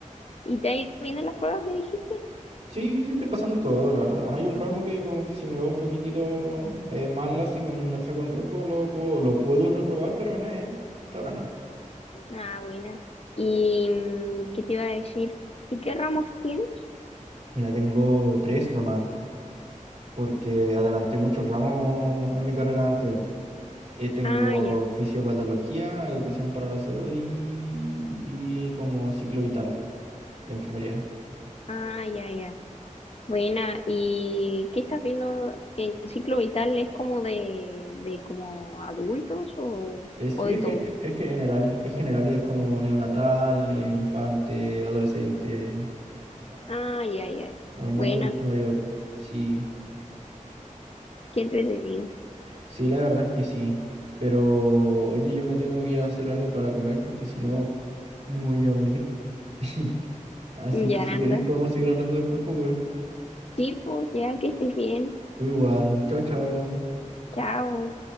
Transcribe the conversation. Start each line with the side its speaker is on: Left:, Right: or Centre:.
Left: y te ahí vienen las pruebas, me dijiste.
Right: Sí, estoy pasando todo, la verdad. Hay un ramo que como que si me va un poquitito eh, mal, así como me saco en rojo, lo puedo, lo puedo reprobar, pero no, eh, hasta ahora no.
Left: Ah, buena. ¿Y mm, qué te iba a decir? ¿Y qué ramos tienes?
Right: Mira, tengo tres nomás, porque adelanté muchos ramos en mi carrera anterior. Eh, tengo
Left: Ah, ya,
Right: fisiopatología, educación para la salud y, y como ciclo vital de enfermería.
Left: ah, ya, ya. Buena. ¿Y qué estás viendo en ciclo vital? ¿Es como de, de como adultos o,
Right: Eh, sí,
Left: o de
Right: es,
Left: todo?
Right: gen- es general, es general, es como neonatal, eh, infante, adolescente, a-
Left: Ah, ya, ya.
Right: normal
Left: Buena,
Right: y adulto mayor. Sí,
Left: qué entretenido.
Right: sí, la verdad es que sí. Pero, oye, yo me tengo que ir a hacer algo para comer porque si no, me voy a morir. <laughs> Así
Left: Ya
Right: que si queréis
Left: anda.
Right: podemos seguir hablando después, pues, weón.
Left: Sí, pues, ya que estés bien.
Right: Tú igual. Chao, chao.
Left: Chao.